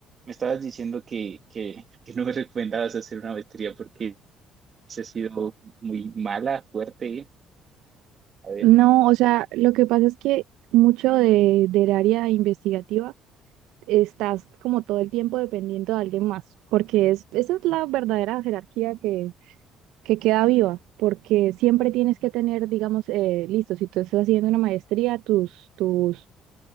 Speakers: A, on the right (about 45°); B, on the right (about 70°).
A: Me estabas diciendo que, que, que no me recomendabas hacer una maestría porque se ha sido muy mala, fuerte. ¿eh? A ver.
B: No, o sea, lo que pasa es que mucho de, del área investigativa estás como todo el tiempo dependiendo de alguien más, porque es, esa es la verdadera jerarquía que, que queda viva, porque siempre tienes que tener, digamos, eh, listo, si tú estás haciendo una maestría, tus, tus